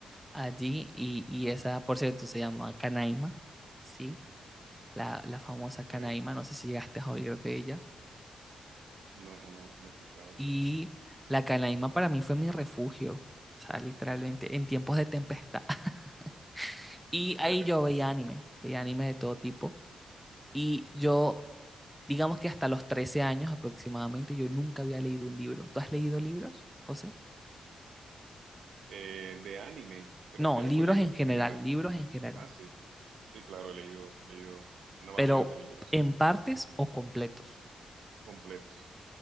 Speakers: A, in the centre; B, on the right.
A: allí y, y esa, por cierto, se llama Canaima, ¿sí? La, la famosa Canaima,
B: Eh,
A: no sé si llegaste a oír de ella.
B: no, no, no he escuchado.
A: Y la Canaima para mí fue mi refugio, o sea, literalmente, en tiempos de tempestad. <laughs> Y
B: <laughs>
A: ahí yo veía anime, veía anime de todo tipo. Y yo, digamos que hasta los 13 años aproximadamente, yo nunca había leído un libro. ¿Tú has leído libros, José?
B: Eh, de anime, ¿te
A: No,
B: refieres
A: libros
B: o libros
A: en general,
B: en general?
A: libros en general,
B: Ah, sí, sí. Sí, claro, he leído, he leído una variedad
A: pero
B: de libros, sí,
A: en partes o completos.
B: completos.